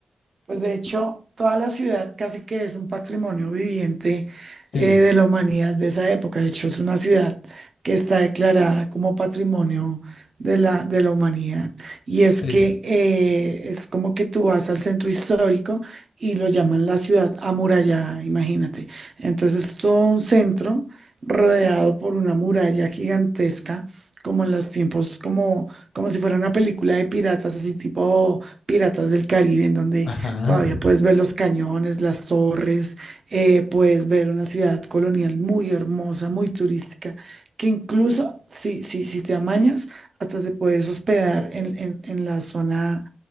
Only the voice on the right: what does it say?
Pues de hecho, toda la ciudad casi que es un patrimonio viviente
eh, de la humanidad de esa época. De hecho, es una ciudad que está declarada como patrimonio de la, de la humanidad. Y es
que eh, es como que tú vas al centro histórico y lo llaman la ciudad amurallada, imagínate. Entonces, todo un centro rodeado por una muralla gigantesca. como en los tiempos, como, como si fuera una película de piratas, así tipo Piratas del Caribe, en donde
Todavía puedes ver los cañones, las torres, eh, puedes ver una ciudad colonial muy hermosa, muy turística, que incluso si, si, si te amañas, hasta te puedes hospedar en, en- en la zona